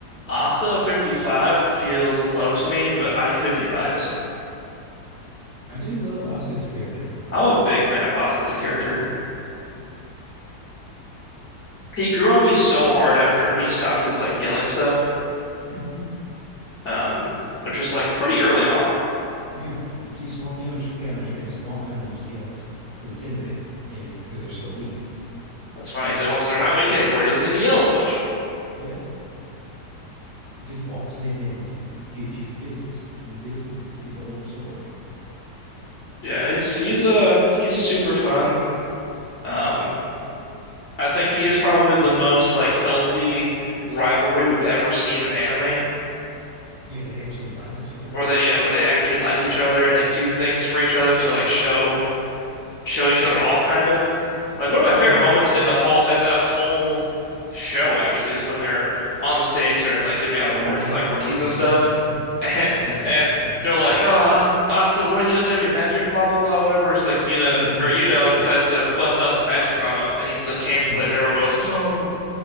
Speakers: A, on the left (about 60°); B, on the right (about 50°).
A: Asta 55 feels low to me, but I could be biased.
B: I do love Asta as a character.
A: I'm a big fan of Asta as a character. He grew on me so hard after he stopped his like yelling stuff,
B: <laughs>
A: um, which was like pretty early on.
B: yeah, she's small. You understand, gotta understand, small animals yells to intimidate, and because they're so weak.
A: That's funny that once they're not weak anymore, he doesn't need to yell as much.
B: Yeah, just walks in and gives you the business, and the business is a big old sword.
A: Yeah, it's he's uh he's super fun. Um, I think he is probably the most like healthy rivalry we've ever seen in anime,
B: Yeah, they actually like each other.
A: where they yeah where they actually like each other and they do things for each other to like show show each other off kind of. Like one of my
B: hmm
A: favorite moments in the whole in the whole show actually is when they're on the stage, they're like giving out awards
B: hmm
A: for like rookies
B: hmm
A: and stuff,
B: hmm
A: <laughs> and
B: Yeah, I remember
A: and
B: that scene.
A: they're like, "Oh, Ast- Asta, what? He doesn't have any magic, blah blah blah, whatever." It's like Yuna
B: And and,
A: or Yuno decides
B: and
A: to bust out some magic on him, and he like cancel
B: mhm.
A: it, and everyone goes, <gasps> "Oh,